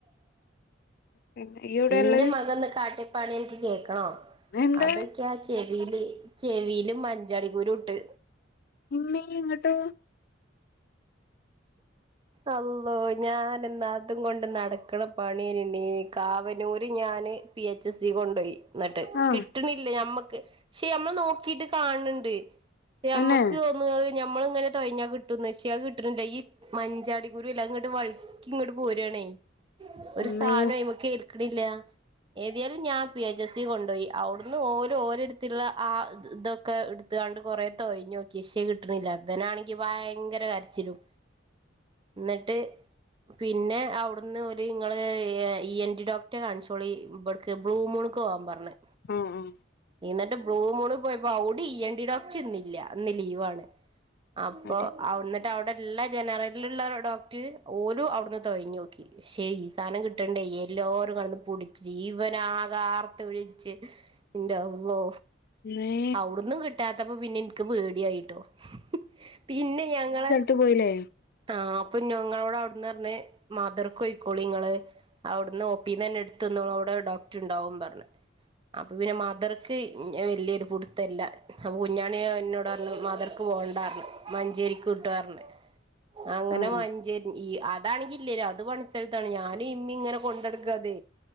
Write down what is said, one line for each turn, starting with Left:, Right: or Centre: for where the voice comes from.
Left: പിന്നെ ഇയ്യ് എവിടെയാ
Right: ഇന്റെ
Left: ഉള്ളെ
Right: മകൻ ഇന്ന് കാട്ടിയ പണി എനക്ക് കേക്കണോ
Left: എന്താ
Right: അതൊക്കെയാ ചെവിയില് ചെവിയില് മഞ്ചാടിക്കുരു ഇട്ട്
Left: ഇമ്മേ ഇങ്ങിട്ടോ
Right: അള്ളോ ഞാന് എന്നാ അതും കൊണ്ട് നടക്കണ പണിയേനുണ്ണീ കാവനൂര് ഞാന് പി എച്ച് എസ് സി കൊണ്ടോയി എന്നിട്ട്
Left: ആഹ്
Right: കിട്ടണില്ല ഞമ്മക്ക് പക്ഷെ അമ്മള് നോക്കിട്ട് കാണണുണ്ട് ക്ഷെ ഞമ്മക്ക്
Left: തന്നെ
Right: ഒന്ന് അത് ഞമ്മള് ഇങ്ങനെ തൊഴഞ്ഞാ കിട്ടുംന്ന് വെച്ച് അത് കിട്ടണില്ല ഈ മഞ്ചാടി കുരു ഇല്ലേ അത് ഇങ്ങോട്ട് വഴ്ക്കി ഇങ്ങോട്ട് പോരുവാണേ ഒരു
Left: ഇമ്മേ
Right: സാനം അയ്മക്ക് ക്കിണില്ല ഏതിയാലും ഞാൻ പി എച്ച് എസി കൊണ്ടോയി അവിടുന്ന് ഓര് ഓരെടുത്തിള്ള ആഹ് ഇത് ഇതൊക്കെ എട് ത്തുകാണ്ട് കൊറേ തോയ്ഞ്ഞോക്കി ഇക്ഷേ കിട്ടണില്ലാ ഇവനാണെങ്കി വയങ്കര കരച്ചിലും എന്നിട്ട് പിന്നെ അവിടുന്ന് ഒരു ഇങ്ങള് ഇ എൻ ഡി ഡോക്ടറെ കാണിച്ചോളീ ഇവട ബ്ലൂമൂണ്ക്ക് പോവാൻ പറഞ്ഞ്
Left: മ് മ്
Right: ഇന്നട്ട് ബ്ലൂമൂണ് പൊയ്പ്പോ അവിടെ ഇ എൻ റ്റി ഡോക്ടർ ഇന്നില്ല ഇന്ന് ലീവാണ് അപ്പൊ
Left: അടി
Right: അവി എന്നിട്ട് അവിടെ ഉള്ള ജനറലിലുള്ള ഒരു ഡോക്ടറ് ഓരും അവിടുന്ന് തൊയഞ്ഞു നോക്കി ക്ഷേ ഈ സാനം കിട്ടണ്ടേ യെല്ലാരും കെടന്ന് പുടിച്ച് ഇവനാകെ ആർത്ത് വിളിച്ച് എന്റെ അള്ളോ
Left: ഇമ്മേ
Right: അവിടുന്നും കിട്ടാത്തപ്പോ പിന്നെ എനിക്ക് പേടിയായിട്ടോ പിന്നെ ഞങ്ങള്
Left: ഇന്ന് പോയില്ലേ
Right: ആഹ് അപ്പൊ ഞങ്ങളോട് അവിടുന്ന് പറഞ്ഞ് മതറൊക്ക് പോയിക്കോളി നിങ്ങള് അവിടുന്ന് ഒപ്പീന്നന്നെ എടുത്തുനിന്നോള് അവിടെ ഡോക്ടർ ഉണ്ടാവും പറഞ്ഞ് അപ്പൊ പിന്നെ മദർക്ക് വലിയൊരു പുടുത്തില്ല അപ്പൊ കുഞ്ഞാണി എന്നോട് പറഞ്ഞ് മദർ ക്കു പോകണ്ടാര്ന്നു മഞ്ചേരിക്ക് വിട്ടാന്നറഞ്ഞു അങ്ങനെ
Left: ആഹ്
Right: മഞ്ചേ ഈ അതാണെങ്കി ഇല്ലേല്ലോ അത് പണി സ്ഥലത്താണ് ഞാനും ഇമ്മിം ഇങ്ങനെ കൊണ്ടെടുക്കാത്